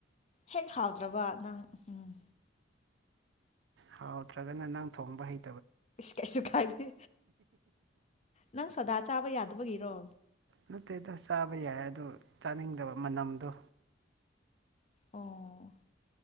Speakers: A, on the left; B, on the right.
A: ꯍꯦꯛ ꯍꯥꯎꯗ꯭ꯔꯕ ꯅꯪ ꯎꯝ
B: ꯍꯥꯎꯗ꯭ꯔꯒꯅ ꯅꯪ ꯊꯣꯡꯕ ꯍꯩ
A: ꯀꯩꯁꯨ ꯀꯥꯏꯗꯦ ꯅꯪ ꯁꯣꯗꯥ ꯆꯥꯕ ꯌꯥꯗ ꯐꯠꯇꯕꯒꯤꯔꯣ
B: ꯅꯠꯇꯦꯗ ꯆꯥꯕ ꯌꯥꯏ ꯑꯗꯨ ꯆꯥꯅꯤꯡꯗꯕ ꯃꯅꯝꯗꯣ
A: ꯑꯣ